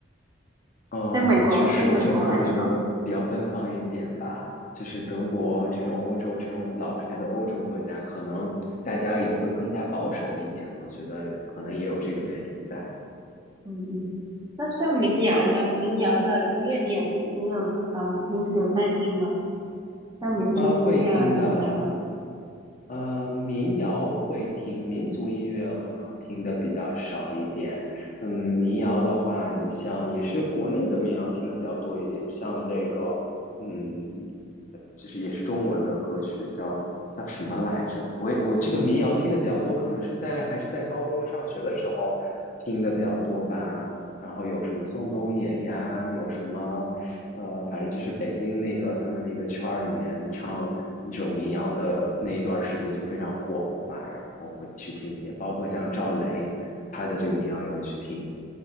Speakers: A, on the left; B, on the right.
A: 嗯，
B: 在美国，
A: 确实，
B: 对美国来说。
A: 我觉得可能美国比较奔放一点吧。就是德国这种欧洲这种老牌的欧洲国家，可能大家也会更加保守一点。我觉得可能也有这个原因在。
B: 嗯嗯，那像民谣呢？民谣的音乐你有你有呃平时有在听吗？像民族音乐啊，
A: 啊，会听的，
B: 民谣啊，
A: 呃，民谣会听，民族音乐可能听的比较少一点。嗯，民谣的话，你像也是国内的民谣听的比较多一点，像这个，嗯，就是也是中文的歌曲，叫叫什么来着？我也我这个民谣听的比较多，可能是在还是在高中上学的时候听的比较多吧。然后有什么宋冬野呀，有什么呃，反正就是北京那个他们那个圈儿里面唱那种民谣的那一段时间就非常火嘛，然后会去听一些，包括像赵雷他的这个民谣也会去听